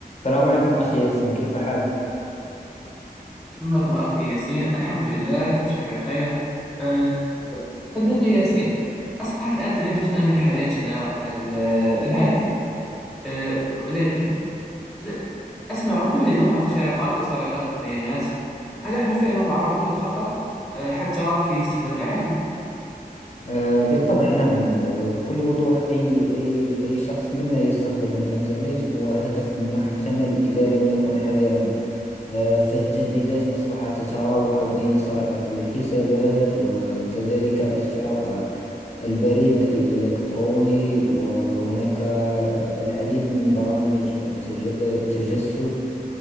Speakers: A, on the left; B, in the centre.
A: السلام عليكم أخي ياسين كيف حالك؟
B: معكم أخي ياسين الحمد لله كل شيء بخير أه صديقي ياسين أصبحت الآن الإنترنت جزءا من حياتنا ال- العادي أه لكن ل- أسمع كل يوم عن اختراقات وسرقات بيانات هل نحن فعلا معرضون للخطر أه حتى في استخدام العادي؟
A: آه بالطبع نعم وبكل وضوح أي أي أي شخص منا يستخدم الإنترنت هو هدف محتمل إذا لم يكن حذرا آه فالتهديدات أصبحت تتراوح بين سرقة الحسابات وكذلك اختراق البريد الإلكتروني وهناك العديد من برامج التج- التجسس